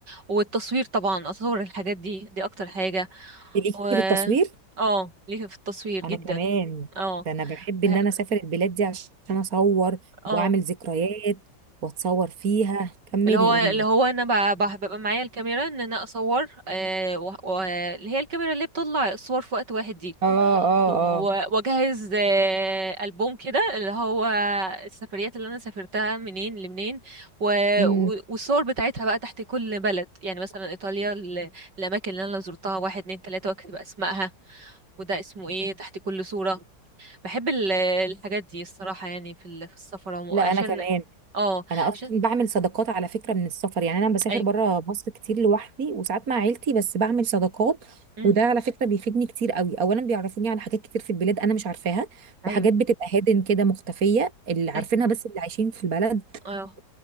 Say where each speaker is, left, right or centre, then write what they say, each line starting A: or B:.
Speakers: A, on the right (about 80°); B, on the right (about 55°).
A: والتصوير طبعا اصور الحاجات دي دي اكتر حاجة
B: ليكي
A: و
B: في التصوير
A: اه ليه في التصوير جدا
B: انا كمان
A: اه
B: ده انا بحب
A: بح-
B: ان انا اسافر البلاد دي عشان اصور
A: اه
B: واعمل ذكريات واتصور فيها كملي
A: اللي هو
B: قولي
A: اللي
B: لي
A: هو انا ب- ب- ببقى معايا الكاميرا ان انا اصور آه، و- و- اللي هي الكاميرا اللي بتطلع الصور في وقت واحد دي
B: اه اه
A: و-
B: اه
A: واجهز آه، البوم كده اللي هو السفريات اللي انا سافرتها منين لمنين و...
B: امم
A: و- والصور بتاعتها بقى تحت كل بلد يعني مثلا ايطاليا ال- الاماكن اللي انا زرتها واحد اتنين تلاته واكتب اسمائها وده اسمه ايه تحت كل صوره بحب ال- الحاجات دي الصراحه يعني في ال- في السفر عمو-
B: لا
A: عشان
B: انا كمان
A: اه
B: انا اصلا
A: عشان
B: بعمل صداقات على فكره من السفر يعني انا بسافر
A: اي
B: بره مصر كتير لوحدي وساعات مع عيلتي بس بعمل صداقات
A: امم
B: وده على فكره بيفيدني كتير قوي اولا بيعرفوني على حاجات كتير في البلاد انا مش عارفاها
A: ايوه
B: وحاجات بتبقى هادن كده مختفيه اللي عارفينها
A: اي
B: بس اللي عايشين في البلد
A: اه